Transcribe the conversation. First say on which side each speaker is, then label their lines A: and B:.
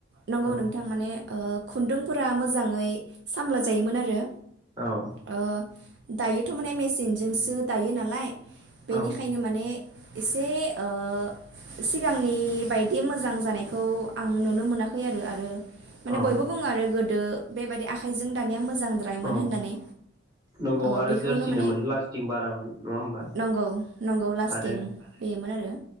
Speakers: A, on the right; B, on the right.
A: नंगौ
B: औ
A: नोंथां माने ओ खुन्दुंफोरा मोजाङै सामला जायोमोन आरो
B: औ
A: ओ दायोथ' माने मेसिनजोंसो दायो नालाय बेनिखायनो
B: औ
A: माने एसे ओ सिगांनि बायदि मोजां जानायखौ आं आं नुनो मोनाखै आरो आरो
B: औ
A: माने बयबो बुङो आरो बेबायदि आखायजों दानाय मोजांद्रायमोन
B: औ
A: होननानै।
B: नंगौ
A: ओ
B: आरो
A: बेखौनो
B: जोरसिनोमोन
A: माने
B: लास्टिं बारामोन नङा होमबा।
A: नंगौ नंगौ लास्टिं
B: आरो
A: होयोमोन आरो।